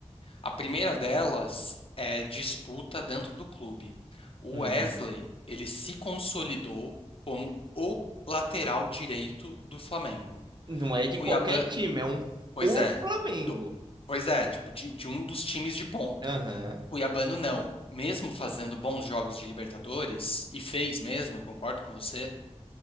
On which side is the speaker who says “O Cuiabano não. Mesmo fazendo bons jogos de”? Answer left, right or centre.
Left